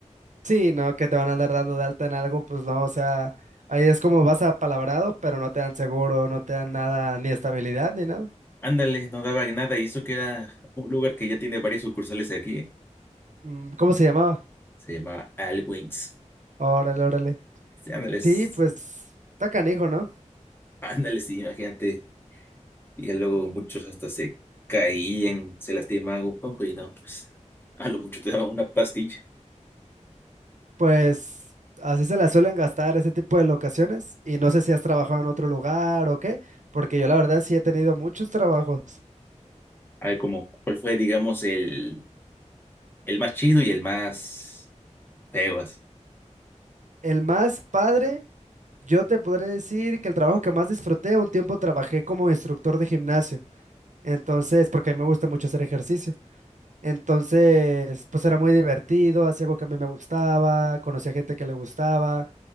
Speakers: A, on the right; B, on the left.
A: Sí, no, que te van a andar dando de alta en algo, pues no, o sea, ahí es como vas apalabrado, pero no te dan seguro, no te dan nada, ni estabilidad, ni nada.
B: Ándale, no daban nada y eso que era un lugar que ya tiene varias sucursales de aquí, ¿eh?
A: Mm, ¿Cómo se llamaba?
B: Se llama Al Wings.
A: Órale, órale.
B: Sí, ándale, s-
A: Sí, pues está canijo, ¿no?
B: ándale, sí, imagínate. Y ya luego muchos hasta se caían, se lastimaban un poco y no, pues a lo mucho te daban una pastilla.
A: Pues así se la suelen gastar ese tipo de locaciones y no sé si has trabajado en otro lugar o qué, porque yo la verdad sí he tenido muchos trabajos.
B: A ver, como, ¿cuál fue, digamos, el, el más chido y el más feo así?
A: El más padre, yo te podré decir que el trabajo que más disfruté, un tiempo trabajé como instructor de gimnasio, entonces, porque a mí me gusta mucho hacer ejercicio, entonces, pues era muy divertido, hacía algo que a mí me gustaba, conocía gente que le gustaba,